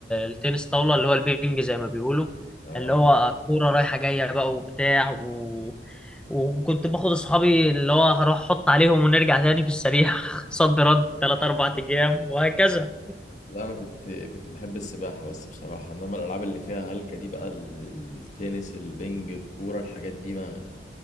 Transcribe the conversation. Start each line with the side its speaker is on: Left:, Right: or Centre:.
Centre: التنس طاولة اللي هو البينج زي ما بيقولوا
Left: اه
Centre: اللي هو كورة رايحة جاية بقى وبتاع و... وكنت باخد اصحابي اللي هو هروح احط عليهم ونرجع تاني في السريع <laughs> صد رد 3 4 ايام وهكذا
Left: لا انا كنت كنت بحب السباحه بس بصراحه انما الالعاب اللي فيها هلكه دي بقى التنس البنج الكوره الحاجات دي ما